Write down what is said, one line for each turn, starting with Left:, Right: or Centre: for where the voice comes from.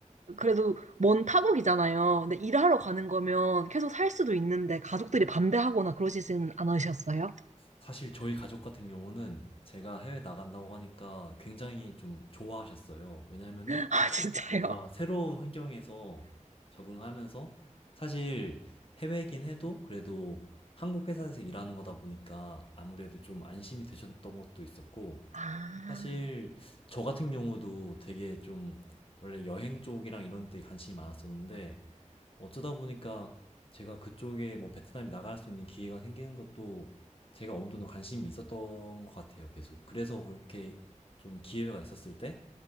Right: 그래도 먼 타국이잖아요. 근데 일하러 가는 거면 계속 살 수도 있는데, 가족들이 반대하거나 그러시지는 않으셨어요?
Left: 사실 저희 가족 같은 경우는 제가 해외 나간다고 하니까 굉장히 좀 좋아하셨어요. 왜냐면은
Right: <laughs> 아, 진짜요?
Left: 뭔가 새로운 환경에서 적응하면서 사실 해외이긴 해도 그래도 한국 회사에서 일하는 거다 보니까 아무래도 좀 안심이 되셨던 것도 있었고
Right: 아,
Left: 사실 저 같은 경우도 되게 좀 원래 여행 쪽이랑 이런 데 관심이 많았었는데 어쩌다 보니까 제가 그쪽에 뭐 베트남에 나갈 수 있는 기회가 생기는 것도 제가 어느 정도 관심이 있었던 것 같아요, 계속. 그래서 그렇게 좀 기회가 있었을 때